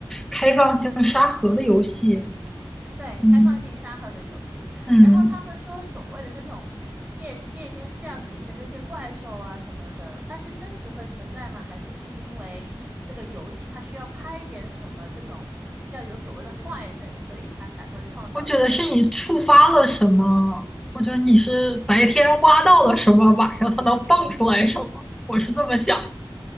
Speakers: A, in the centre; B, on the right (about 20°).
A: 开放性沙盒的游戏。
B: 对，
A: 嗯
B: 开放性沙盒的游戏。
A: 嗯，
B: 然后他们说，所谓的这种夜夜间降临的这些怪兽啊什么的，它是真实会存在吗？还是是因为这个游戏它需要拍点什么这种要有所谓的坏人，所以它才会创造这个？
A: 我觉得是你触发了什么，或者你是白天挖到了什么，晚上它能蹦出来什么，我是这么想。